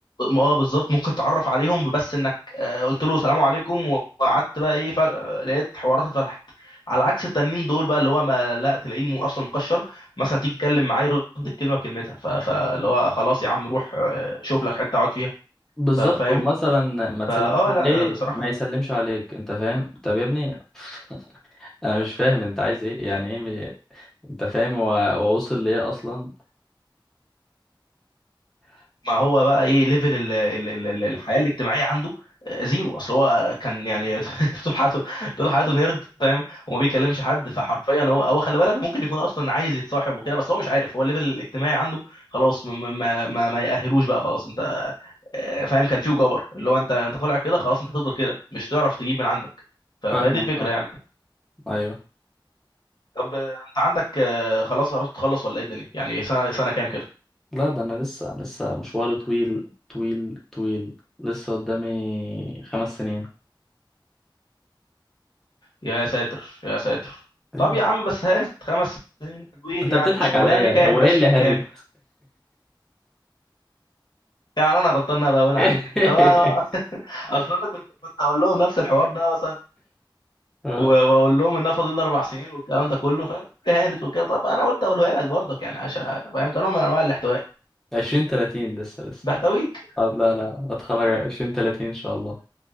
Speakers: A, on the left; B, in the centre.
A: اه بالظبط ممكن تتعرف عليهم بس انك آه، قلت له سلام عليكم وقعدت بقى ايه فجأة لقيت حوارات اتفتحت على عكس التانيين دول بقى اللي هو ما لا تلاقيه مو- اصلا مكشر مثلا تيجي تتكلم معاه يرد الكلمه بكلمتها ف- فاللي هو خلاص يا عم روح آه، شوف لك حته اقعد فيها
B: بالظبط
A: ف- فاهم
B: ومثلا ما تسلمش
A: فاه
B: عليه
A: لا آه، بصراحه
B: ما يسلمش عليك أنت فاهم طب يا ابني <laughs> أنا مش فاهم أنت عايز إيه يعني إيه م- أنت فاهم هو هو وصل لإيه أصلا <laughs>
A: ما هو بقى ايه ليفل ال- ال- ال- ال- الحياه الاجتماعيه عنده آه، زيرو اصل هو كان يعني <laughs> طول حياته طول حياته نيرد فاهم وما بيكلمش حد فحرفيا هو هو خلي بالك ممكن يكون اصلا عايز يتصاحب وكده بس هو مش عارف هو الليفل الاجتماعي عنده خلاص ما ما ما, ما يأهلوش بقى خلاص انت آه، فاهم كان فيه جبر اللي هو انت انت طالع كده خلاص انت هتفضل كده مش تعرف تجيب من عندك ف- فهي
B: فاهمك
A: دي الفكره
B: أه
A: يعني
B: أيوه
A: طب آه، انت عندك آه، خلاص قربت تخلص ولا ايه الدنيا يعني سنه سنه كام كده
B: لا ده انا لسه لسه مشواري طويل طويل طويل لسه قدامي خمس سنين
A: يا ساتر يا ساتر
B: ايوه
A: طب يا عم بس هانت خمس حلوين
B: انت
A: يعني
B: بتضحك
A: مش حلوين
B: عليا
A: يعني كام
B: هو
A: 20
B: ايه اللي هند
A: كام يعني انا غلطان انا باين
B: <laughs>
A: عليك طب أنا- <laughs> اصل انا كنت كنت اقول لهم نفس الحوار ده مثلا
B: اه
A: و- واقول لهم انها فاضل لي اربع سنين والكلام ده كله فاهم اهانت وكده طب انا قلت اقولها لك برضك يعني عشان فاهم كنوع من انواع الاحتواء
B: عشرين تلاتين لسه لسه
A: بحتويك <laughs>
B: آه لا لا هتخرج عشرين تلاتين ان شاء الله